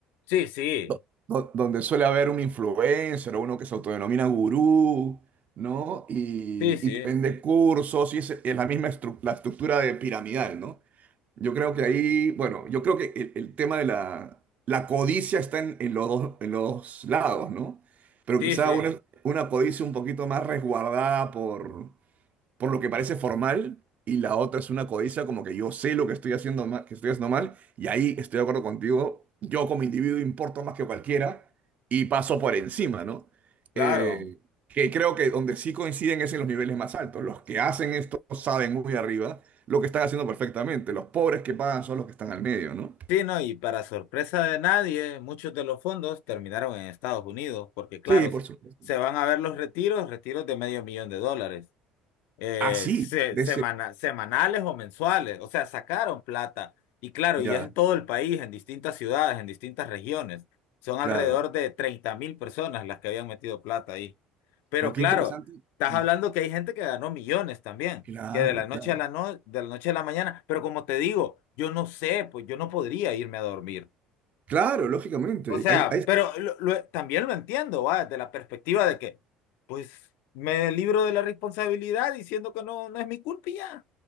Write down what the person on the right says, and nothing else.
Do- do- donde suele haber un influencer o uno que se autodenomina gurú, ¿no? Y,
y te vende cursos y es, es la misma estru- la estructura de piramidal, ¿no? Yo creo que ahí, bueno, yo creo que el, el tema de la, la codicia está en, en los dos, en los lados, ¿no? Pero
quizá
una, una codicia un poquito más resguardada por por lo que parece formal, y la otra es una codicia como que yo sé lo que estoy haciendo mal, que estoy haciendo mal, y ahí estoy de acuerdo contigo, yo como individuo importo más que cualquiera y paso por encima, ¿no?
Eh, que creo que donde sí coinciden es en los niveles más altos. Los que hacen esto saben muy arriba lo que están haciendo perfectamente. Los pobres que pagan son los que están al medio, ¿no?
Sí, por supuesto.
Así,
de
ese.
Ya,
claro.
Oh, qué
interesante.
Mm,
Claro,
claro.
Claro, lógicamente.
Ahí, ahí